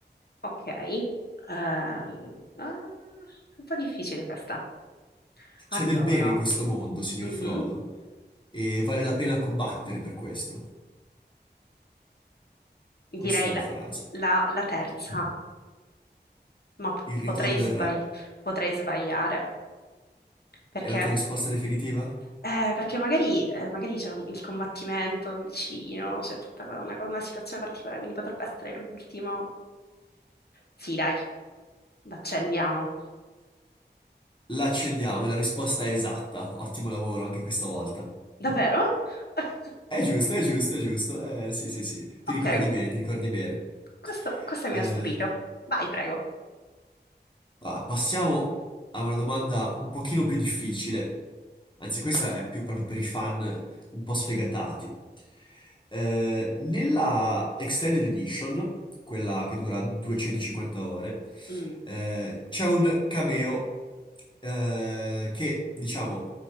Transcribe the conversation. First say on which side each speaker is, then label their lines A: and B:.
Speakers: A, on the left; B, on the left.
A: Ok. Ehm, ah, un po' difficile questa.
B: C'è
A: Allora,
B: del bene in questo mondo, signor
A: mhm,
B: Frodo, e vale la pena combattere per questo.
A: direi
B: Questa è
A: la
B: la frase.
A: la- la terza. ma p-
B: Il Ritorno
A: potrei
B: del
A: sbagli-
B: Re.
A: potrei sbagliare, perché
B: È la tua risposta definitiva?
A: eh, perché magari, eh, magari c'è un- il combattimento vicino, c'è tutta una, una situazione particolare, quindi potrebbe essere l'ultimo. Sì, dai, l'accendiamo.
B: La accendiamo, è la risposta è esatta. Ottimo lavoro anche questa volta.
A: Davvero? <laughs>
B: È giusto, è giusto, è giusto. Eh, sì, sì, sì. Ti
A: Ok,
B: ricordi bene, ti ricordi bene.
A: questo, questo
B: Eh,
A: mi ha stupito. Vai, prego.
B: Allora, passiamo a una domanda un pochino più difficile, anzi questa è più proprio per i fan un po' sfegatati. Eh, nella Extended Edition, quella che dura 250 ore,
A: Mm,
B: eh, c'è un cameo eh, che, diciamo,